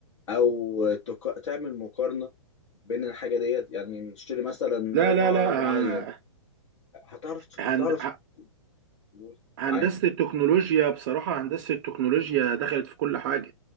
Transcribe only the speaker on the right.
لا لا لا
آه،
هند...
هندسة
التكنولوجيا بصراحة هندسة التكنولوجيا دخلت في كل حاجة